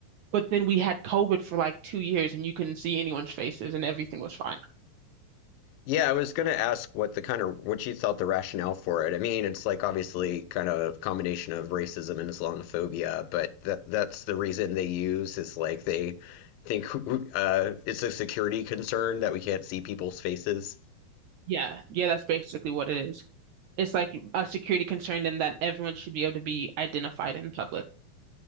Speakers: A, on the right; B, on the left.
A: But then we had COVID for like two years and you couldn't see anyone's faces and everything was fine.
B: Yeah, I was gonna ask what the kind of what you thought the rationale for it. I mean, it's like obviously kind of a combination of racism and Islamophobia, but that that's the reason they use is like they think <laughs> uh, it's a security concern that we can't see people's faces.
A: Yeah, yeah, that's basically what it is. It's like a security concern in that everyone should be able to be identified in public.